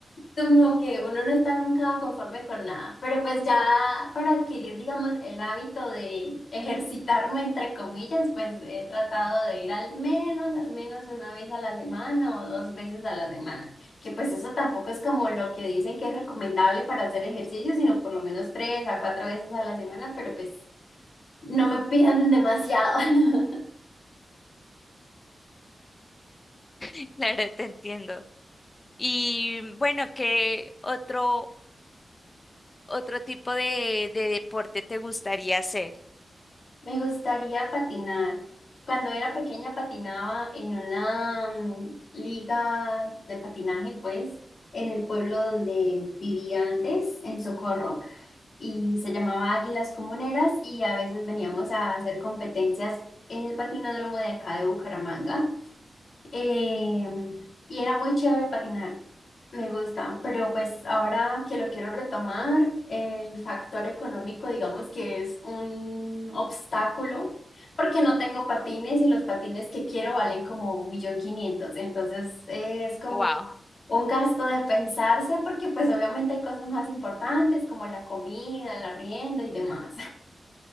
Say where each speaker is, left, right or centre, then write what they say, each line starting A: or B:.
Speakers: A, on the left; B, on the left.
A: como que uno no está nunca conforme con nada, pero pues ya para adquirir, digamos, el hábito de ejercitarme, entre comillas, pues he tratado de ir al menos, al menos una vez a la semana o dos veces a la semana, que pues eso tampoco es como lo que dicen que es recomendable para hacer ejercicio, sino por lo menos tres a cuatro veces a la semana, pero pues no me pidan demasiado. <laughs>
B: <laughs> Claro, te entiendo. Y bueno, ¿qué otro, otro tipo de, de deporte te gustaría hacer?
A: Me gustaría patinar. Cuando era pequeña patinaba en una mm, liga de patinaje, pues, en el pueblo donde vivía antes, en Socorro, y se llamaba Águilas Comuneras y a veces veníamos a hacer competencias en el patinódromo de acá de Bucaramanga. Eh, y era muy chévere patinar, me gusta, pero pues ahora que lo quiero retomar, el factor económico digamos que es un obstáculo porque no tengo patines y los patines que quiero valen como un millón quinientos, entonces eh, es como
B: Wow.
A: un gasto de pensarse porque pues obviamente hay cosas más importantes como la comida, el arriendo y demás.